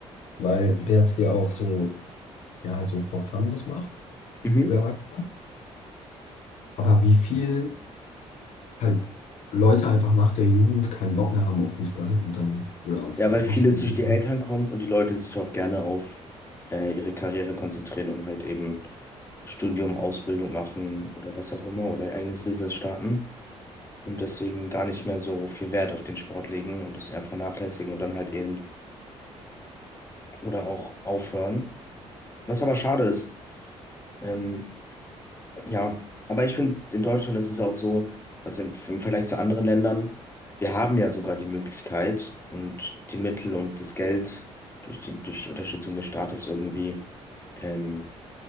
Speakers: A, on the left; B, on the left.
A: weil BRC auch so, ja halt so for fun das macht
B: mhm.
A: für Erwachsene. Aber wie viel halt Leute einfach nach der Jugend keinen Bock mehr haben auf Fußball und dann oder auf
B: Ja,
A: äh,
B: weil vieles
A: Hockey. und
B: durch
A: Fußball.
B: die Eltern kommt und die Leute sich auch gerne auf äh, ihre Karriere konzentrieren und halt eben Studium, Ausbildung machen oder was auch immer oder ihr eigenes Business starten und deswegen gar nicht mehr so viel Wert auf den Sport legen und es eher vernachlässigen und dann halt eben oder auch aufhören. Was aber schade ist, ähm, Ja, aber ich finde, in Deutschland ist es auch so, dass im, im Vergleich zu anderen Ländern, wir haben ja sogar die Möglichkeit und die Mittel und das Geld durch die, durch die Unterstützung des Staates irgendwie, ähm,